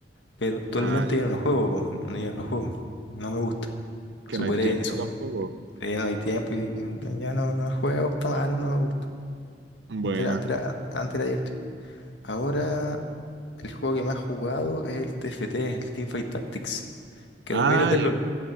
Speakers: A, on the left; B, on the right.
A: Pero actualmente
B: Ah, ya.
A: yo no lo juego, po, no, yo no lo juego. No me gusta.
B: Que
A: Superé,
B: no hay tiempo
A: sup-
B: tampoco.
A: ya no hay tiempo y no, ya no, no juego, está malo, no me gusta.
B: Buena.
A: Antes era, antes era- antes era divertido. Ahora el juego que más he jugado es el TFT, el Teamfight Tactics, que
B: Ah,
A: también es del
B: ya.
A: LOL.